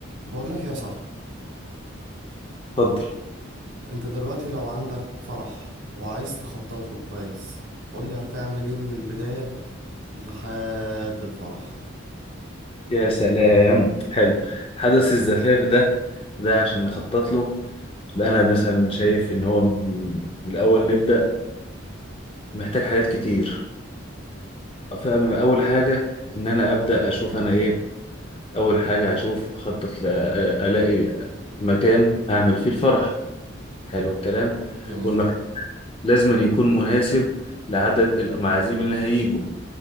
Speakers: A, on the right; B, on the left.
A: بقول لك يا صاحبي
B: اتفضل
A: انت دلوقتي لو عندك فرح وعايز تخطط له كويس قول لي هتعمل ايه من البداية لحد الفرح
B: يا سلام حلو حدث الزفاف ده ده عشان نخطط له بقى انا مثلا شايف ان هو م- بالاول نبدا محتاج حاجات كتير فاول حاجه ان انا ابدا اشوف انا ايه اول حاجه اشوف اخطط ل- الاقي مكان اعمل فيه الفرح حلو الكلام
A: جميل
B: والمكان لازم أن يكون مناسب لعدد المعازيم اللي هيجوا